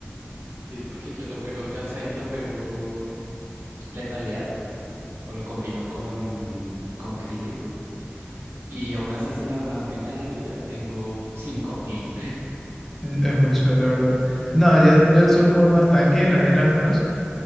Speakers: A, on the right; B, in the centre.
A: Sí, porque yo lo juego, yo al Zayn lo juego letalidad o lo combino con, con crítico. Y aún así, sin armarme nada de vida, tengo cinco mil
B: Mm, Es mucho, la verdad. No, yo, yo lo suelo jugar más tanque, en arena al menos.